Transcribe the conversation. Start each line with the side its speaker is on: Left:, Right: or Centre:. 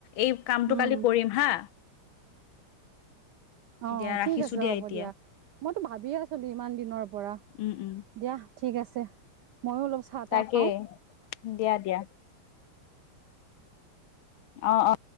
Left: এই কামটো
Right: উম,
Left: কালি কৰিম হা।
Right: অ',
Left: দিয়া
Right: ঠিক
Left: ৰাখিছো
Right: আছে হ'ব
Left: এতিয়া
Right: দিয়া। মইতো ভাবিয়ে আছিলো ইমান দিনৰ পৰা,
Left: উম, উম।
Right: দিয়া ঠিক আছে। ময়ো অলপ চাহ
Left: তাকেই
Right: তাহ খাওঁ।
Left: দিয়া দিয়া অ', অ'।